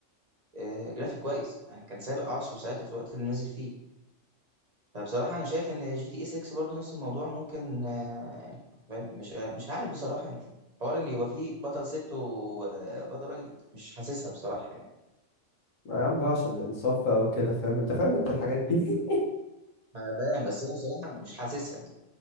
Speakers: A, on the right (about 35°); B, on the left (about 75°).
A: آه، جرافيك كويس يعني كان سابق عصره ساعتها في الوقت اللي نزل فيه فبصراحة أنا شايف إن جي تي إيه 6 برضه نفس الموضوع ممكن آه، يعني فاهم؟ مش آه، مش عارف بصراحة يعني حوار إن يبقى فيه بطل ست وبطل راجل دي مش حاسسها بصراحة يعني
B: ما يا عم بقى عشان الانصاف بقى وكده فاهم انت فاهم انت الحاجات دي <laughs>
A: أنا فاهم بس أنا بصراحة مش حاسسها يعني